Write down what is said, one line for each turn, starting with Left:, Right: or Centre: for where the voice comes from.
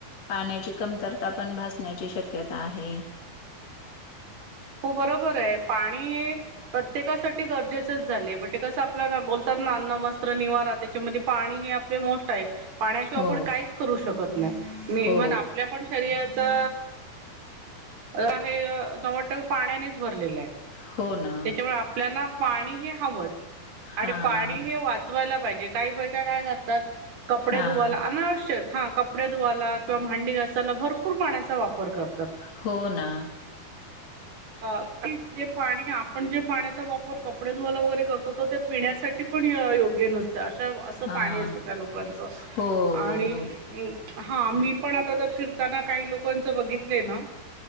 Left: पाण्याची कमतरता पण भासण्याची शक्य क्यता आहे.
Right: हो बरोबर आहे पाणी हे प्रत्येकासाठी गरजेचच झालेय पर ते कसं आपल्याला बोलतात ना अन्न, वस्त्र, निवारा त्याच्यामध्ये पाणी हे आपलं मोस्ट आहे पाण्याशिवाय
Left: हो,
Right: आपण काहीच करू शकत नाही
Left: हो,
Right: इवन आपल्या पण शरीराचा हे नव्वद टक्के पाण्यानेच भरलेलं आहे
Left: हो ना.
Right: त्याच्यामुळे आपल्याना पाणी हे हवंच
Left: हां,
Right: आणि पाणी हे वाचवायला पाहिजे काही बायका काय कर तात कपडे
Left: हां.
Right: धुवाला अनवश्यक कपडे धुवायला किवा भांडी घा सायला भरपूर पाण्याचा वापर करतात.
Left: हो ना.
Right: अ की ते पाणी आपण जे पाण्याचा वापर कपडे धुवाला वगैरे करतो तर ते पिण्यासाठी पण योग्य नसतं अशा असं
Left: हां.
Right: पाणी असतं त्या लोकांचं
Left: हो,
Right: आणि
Left: हो.
Right: अ हा मी पण आता जर फिरताना काही लोकांच बघितलंय ना